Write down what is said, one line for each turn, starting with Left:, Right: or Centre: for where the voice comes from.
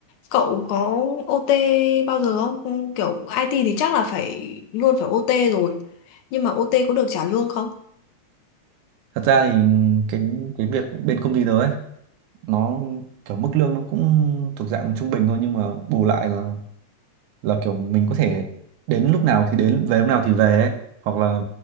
Left: Cậu có OT bao giờ không? Ừ, Kiểu IT thì chắc là phải luôn phải OT rồi. Nhưng mà OT có được trả lương không?
Right: Thật ra thì cái cái việc bên công ty tớ ấy nó kiểu mức lương nó cũng thuộc dạng trung bình thôi nhưng mà bù lại là là kiểu mình có thể đến lúc nào thì đến về lúc nào thì về ấy. Hoặc là